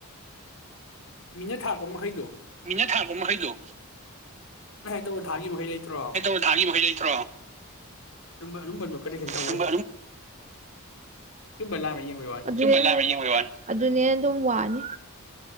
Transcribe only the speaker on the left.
ꯃꯤꯅꯠ꯫ ꯊꯥꯔꯛꯄ ꯃꯈꯩꯗꯨ꯫
ꯇꯧꯔ ꯊꯥꯈꯤ ꯃꯈꯩ ꯂꯩꯇ꯭ꯔꯣ
ꯑꯗꯨꯝꯕ ꯑꯗꯨꯝꯕꯗꯣ ꯀꯔꯦꯛꯁꯟ ꯇꯧꯕꯩ
ꯆꯨꯝꯕ ꯂꯥꯟꯕ ꯌꯦꯡꯕꯩ ꯋꯥꯅꯤ